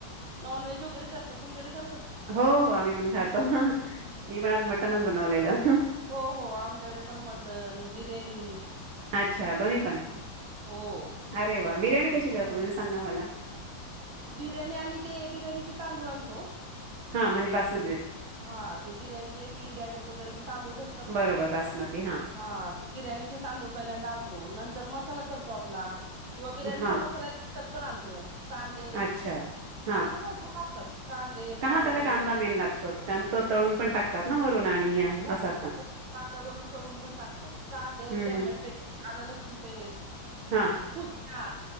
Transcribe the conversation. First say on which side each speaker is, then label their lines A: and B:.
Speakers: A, on the right; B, on the right.
A: नॉनव्हेज वगैे करतात तुमच्याकडे कर
B: हो आम्ही पण खातो मी पण आज मटनच बनवलेलं.
A: हो हो आमच्याकडे पण मटण. बिर्याणी.
B: अच्छा दोन्ही पण
A: हम्म, हो
B: अरे वा बिर्याणी
A: ते
B: कशी करतो
A: का
B: तुम्ही सांगा मला
A: बिर्याणी आम्ही दे बिर्याणीची तांदूळ आणतो
B: हा म्हणे बासमती
A: हा ते बिर्याणीचे एक इंडिया गेट वगैरे तांदूळ भेटतात
B: बरोबर
A: ना
B: बासमती
A: हा ते बिर्याणीचे तांदूळ पहिल्या आणतो तर मसाला करतो आपला किंवा बिर्याणीचा
B: हा
A: मसाला पण आणतो कांदे
B: अच्छा हा
A: कांदे भरपूर असतात कांदे
B: का
A: टमॅटो
B: हा त्याला कांदा मेन लागतो तो तळून पण टकतात ना वरून आणि या,
A: हो
B: असा पण
A: हो कांदा्या वन तळून पण टाकतात कांदे
B: हम्म
A: टॅमॅटे
B: हम्म
A: आलं लसूण पेस्ट
B: हा
A: पुदया